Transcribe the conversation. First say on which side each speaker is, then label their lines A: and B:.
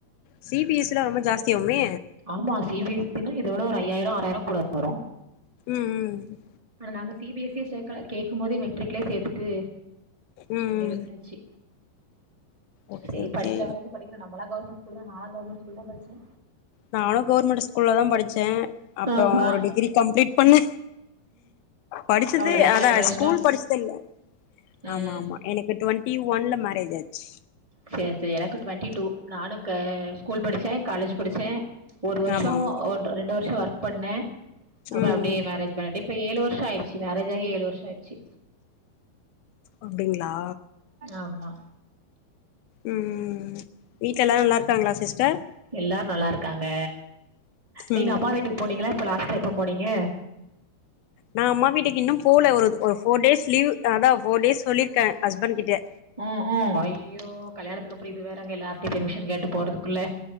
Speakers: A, on the left; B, on the right.
A: சி பி எஸ் சி லா ரொம்ப ஜாஸ்தியாவுமே
B: ஆமா சி பி எஸ் சி யா இத விட ஒரு ஐயாயிர ஆறாயிர கூட வரு
A: ம் ம்
B: நாங்க சி பி எஸ் சி யே சேக்கல கேடக்கும் போதே மெட்ரிக்லே சேத்துட்டு
A: ம் ம்
B: அப்டியே விட்டாச் சு
A: ஓகே
B: சேரி
A: ஓகே
B: படிக்கிற வரைக்கு படிக்கட்டு நம்மளா கவர்மெண்ட் ஸ்கூல் தா நாலா கவர்மெண்ட் ஸ்கூ கூல் தா படிச்சே
A: நானு கவர்மெண்ட் ஸ்கூல்ல தா படிச்சே அப்பறோ
B: ஆமா
A: ஒரு டிகிரி கம்ப்ளீட் பண்ணே படிச்சது
B: அவ்ளோதே கல்யாண
A: அதா
B: பண்ணி வச்சுட்டாங்
A: ஸ்கூல் படிச்சதில்ல
B: ம்
A: ஆமாம்மா எனக் கு டுவென்டி ஒன்ல மேரேஜ் ஆச்சு
B: சேர் சேர் எனக்கு ட்வென்ட்டி டூ நானு க ஸ்கூல் படிச்சே காலேஜ் படிச்சே ஒரு வர்ஷோ
A: ஆமா ஆமா
B: ஒன் ரெண்டு வர்ஷோ ஒர்க் பண்ணே அப்றோ
A: ம்
B: அப்டியே
A: ம்
B: மேரேஜ் பண்ணி இப்ப ஏழு வர்ஷோ ஆயிர்ச்சு மேரேஜ் ஆகி ஏழு வர்ஷோ ஆய்ருச்சு
A: அப்டிங்ளா
B: ஆமா
A: ம் வீட்ல எல்லா நல்லாருக்காங்ளா சிஸ்டர்
B: எல்லாரு நல்லாருக்காங்க நீங்க
A: ம்
B: அம்மா வீட்டுக்கு போனீங்ளா இப்ப லாஸ்ட்டா எப்ப போனீங்க
A: நா அம்மா வீட்டுக்கு இன்னு போல ஒரு ஒரு ஃபோர் டேஸ் லீவ் அதா ஃபோர் டேஸ் சொல்லிருக்கே ஹஸ்பண்ட் கிட்ட
B: ம் உம் அய்யியோ கல்யாணத்துக்கப்றோ இது வேறங்க எல்லார்ட்டயு பெர்மிஷன் கேட்டு போறதுக்குள்ள